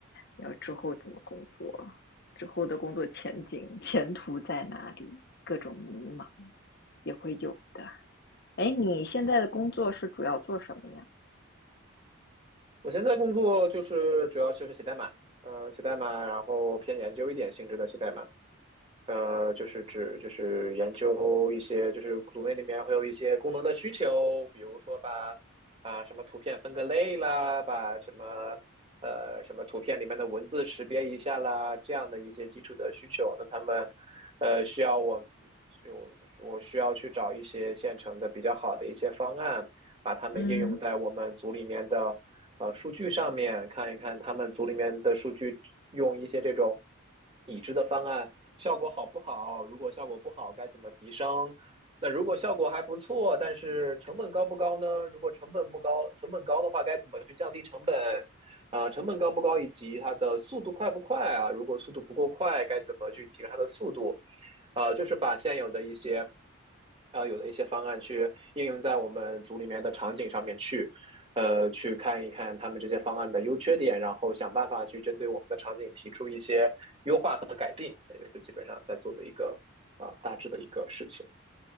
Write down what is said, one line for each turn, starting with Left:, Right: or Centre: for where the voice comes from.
Left: 要之后怎么工作，之后的工作前景、前途在哪里，各种迷茫也会有的。哎，你现在的工作是主要做什么呀？
Right: 我现在工作就是主要就是写代码，呃，写代码，然后偏研究一点性质的写代码。呃，就是指就是研究一些，就是组内里面会有一些功能的需求，比如说把啊、什么图片分个类啦，把什么呃什么图片里面的文字识别一下啦，这样的一些基础的需求。那他们呃需要我我我需要去找一些现成的比较好的一些方案，把它们应用在我们组里面的呃数据上面，
Left: 嗯。
Right: 看一看他们组里面的数据用一些这种已知的方案。效果好不好？如果效果不好，该怎么提升？那如果效果还不错，但是成本高不高呢？如果成本不高，成本高的话，该怎么去降低成本？啊、呃成本高不高，以及它的速度快不快啊？如果速度不够快，该怎么去提升它的速度？呃，就是把现有的一些，啊，有的一些方案去应用在我们组里面的场景上面去。呃，去看一看他们这些方案的优缺点，然后想办法去针对我们的场景提出一些优化和改进，也就是基本上在做的一个啊、呃大致的一个事情。